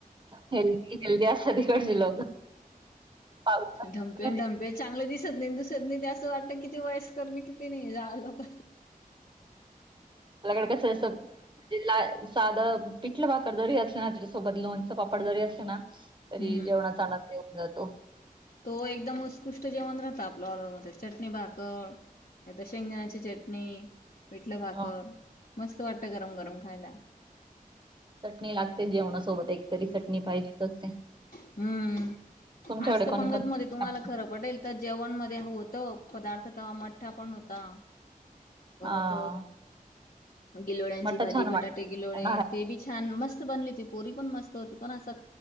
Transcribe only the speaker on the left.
डमपेन डमपे चांगलं दिसत नाही दिसत नाही ते. असं वाटत किती वयस् करणे किती नाही. जाड लोक
हम्म
तो एकदम उत्कृष्ट जेवण राहत आपला न, ते चटणी भाकर. शेंगंदाणाची चटणी. पीटलं भाकर.
मस्त वाटत गरम गरम खायला.
हम्म.
आसत
पंगद मध्ये तुम्हाला
खरं पटेल. त जेवण मध्ये होतं. पदार्थता मठ्ठा पण होता. परत
गिलोळ्यांची
भाजी
बटाटे
गिलोळे
ते बी छान मस्त! बली हो पोरी पण मस्त होती पण अस